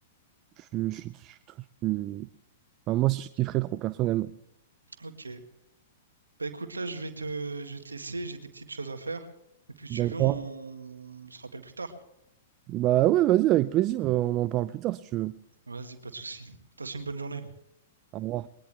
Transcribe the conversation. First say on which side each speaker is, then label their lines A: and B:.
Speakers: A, on the right; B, on the right.
A: Je, je, je- suis- je- suis tout. je- suis- enfin, moi, je kifferais trop, personnellement.
B: Ok. Bah écoute, là, je vais te, je vais te laisser, j'ai des petites choses à faire. Et puis, si
A: D'accord?
B: tu veux, on, on se rappelle plus tard.
A: Bah ouais, vas-y, avec plaisir. euh, On en parle plus tard, si tu veux.
B: Vas-y, pas de souci. Passe une bonne journée.
A: Au revoir.